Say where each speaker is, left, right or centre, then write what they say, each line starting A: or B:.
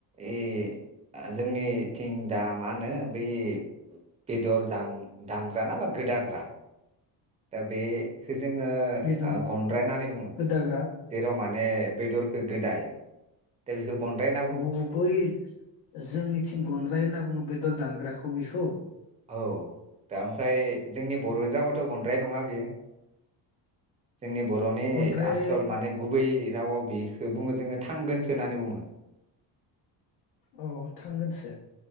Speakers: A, on the right; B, on the left.
A: ए जोंनिथिं दा मा होनो बै बेदर दान-दानग्रा ना बा गोदाग्रा दा बे जोङो ओ
B: बेदन
A: गनद्राय होननानै बुङो
B: गोदाग्रा
A: जेराव मान ने बेदरखो गोदायो दा बेखौ गनद्राय होनना बुङो
B: औ बै जोंनिथिं गनद्राय होनना बुङो बे दर दानग्राखौ बेखौ
A: औ दा ओमफ्राय जोंनि बर'नि रावाथ' गनद्राय नङा बियो जोंनि बर'नि
B: गनद्राय
A: आसल माने गुबै रावाव बेखौ बुङो जोङो थांगोनसो होननानै बुङो।
B: औ थांगोनसो